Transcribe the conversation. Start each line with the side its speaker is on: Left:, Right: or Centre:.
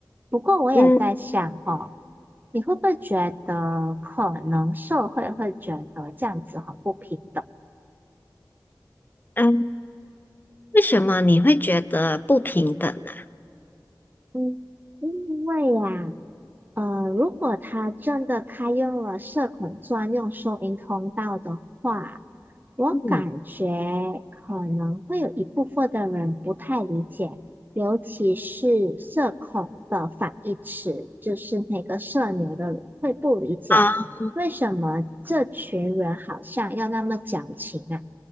Right: 不过我也在想哦，
Left: 嗯
Right: 你会不会觉得可能社会会觉得这样子很不平等？
Left: 嗯，为什么你会觉得不平等呢？
Right: 嗯，因为呀。呃，如果他真的开用了社恐专用收银通道的话，我感觉可能会有一部分的人不太理解，
Left: 嗯。
Right: 尤其是社恐的反义词，就是那个社牛的人会不理解，
Left: 啊，
Right: 为什么这群人好像要那么矫情啊？